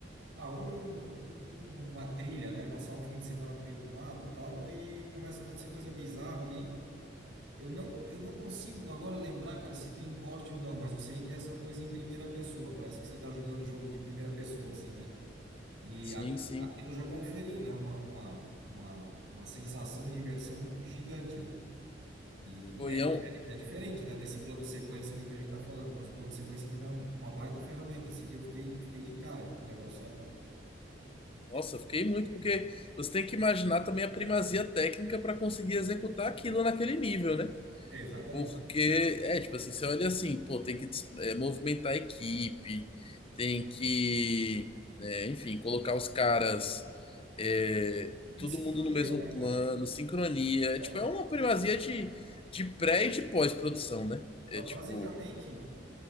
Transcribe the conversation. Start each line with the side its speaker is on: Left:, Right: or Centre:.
Right: Ah, um, um- um- uma trilha, né? Passar um fim de semana no meio do mato e tal. E começa a acontecer coisa bizarra ali. Eu não, eu não consigo agora lembrar, cara, se tem corte ou não, mas eu sei que é essa coisa em primeira pessoa. Parece que você tá jogando o jogo de primeira pessoa, assim, né? E
Left: Sim,
Right: aqui,
Left: sim.
Right: aquilo já conferiu, né? Uma, uma, uma, uma sensação de imersão gigante, né? E
Left: Pô,
Right: é,
Left: é
Right: difer-
Left: um...
Right: é diferente, né? Desse plano sequência ali que a gente tá falando, mas o plano sequência também é um- uma baita ferramenta, assim, que eu fiquei, fiquei de cara com o negócio, sabe?
Left: Nossa, eu fiquei muito, porque você tem que imaginar também a primazia técnica para conseguir executar aquilo naquele nível, né?
Right: Exatamente.
Left: Porque, é, tipo assim, você olha assim, pô, tem que des- é, movimentar a equipe, tem que, é, enfim, colocar os caras, é,
Right: Em
Left: todo
Right: sincronia,
Left: mundo no mesmo
Right: né,
Left: plano,
Right: cara?
Left: sincronia.
Right: É.
Left: É, tipo, é uma primazia de, de pré e de pós-produção, né? É
Right: Ba-
Left: tipo,
Right: Basicamente,